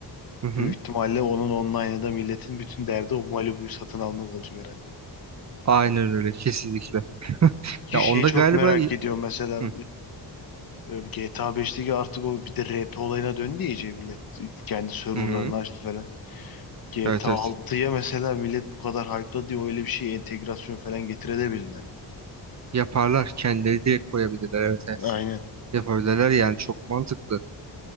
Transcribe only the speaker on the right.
Hı hı.
Aynen öyle kesinlikle.
Ya
onda
galiba
hı
hı.
hı.
Evet evet.
Yaparlar. Kendileri direkt koyabilirler. Evet evet.
Yapabilirler yani çok mantıklı.